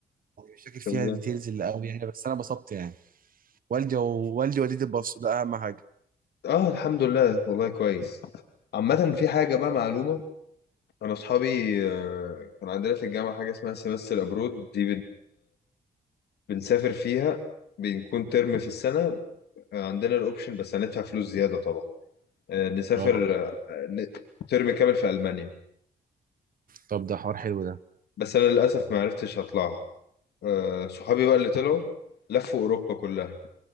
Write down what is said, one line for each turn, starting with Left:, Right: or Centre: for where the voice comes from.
Right: يعني مش فاكر فيها
Left: طب-
Right: ديتيلز اللي قوي يعني بس انا انبسطت يعني والدي ووالدي ووالدتي اتبسطوا ده اهم حاجه
Left: اه الحمد لله والله كويس عامة في حاجة بقى معلومة أنا أصحابي آه، كان عندنا في الجامعة حاجة اسمها سيمستر أبرود دي بنسافر فيها بنكون ترم في السنة آه، عندنا الأوبشن بس هندفع فلوس زيادة طبعا آه، نسافر
Right: اه
Left: آه، ن- ترم كامل في ألمانيا
Right: طب ده حوار حلو ده
Left: بس أنا للأسف ما عرفتش أطلعها آه، صحابي بقى اللي طلعوا لفوا أوروبا كلها